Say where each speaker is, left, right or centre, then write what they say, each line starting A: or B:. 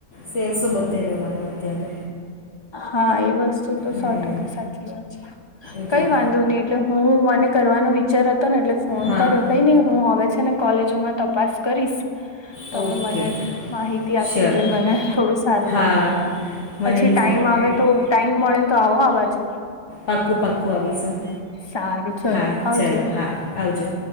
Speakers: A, on the left; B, on the left.
A: સેલ્સો બધે રહેવાનું અત્યારે.
B: હા એ વસ્તુ તો
A: હમ
B: સો ટકા સાચી વાત છે
A: એટલે
B: કઈ વાંધો નહી એટલે. હું મને કરવાનો વિચાર હતો ને એટલે ફોન
A: હા
B: કર્યો. કઈ નહી હું હવે છે ને કોલેજોમાં તપાસ કરીશ. તમે
A: ઓકે
B: મને માહિતી આપી
A: શ્યોર
B: એટલે મને થોડું સારું.
A: હા મને
B: પછી
A: બી
B: ટાઈમ
A: સારું
B: આવે
A: રહ્યું
B: તો ટાઈમ મળે તો આવો આ બાજુ.
A: પાક્કું પાક્કું આવીશું
B: સારું ચલો
A: હા
B: આવજો
A: ચલો હા આવજો.